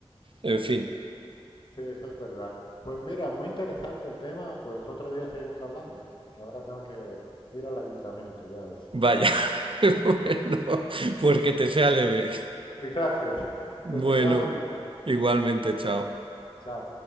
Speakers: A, on the right; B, on the left.
A: en fin,
B: Sí, eso es verdad. Pues mira, muy interesante el tema. Pues otro día seguimos hablando, que ahora tengo que ir al ayuntamiento, ya ves.
A: vaya, <laughs> bueno, pues que te sea leve.
B: <laughs> Gracias.
A: Bueno,
B: Pues que tengas buen día.
A: igualmente, chao.
B: Chao.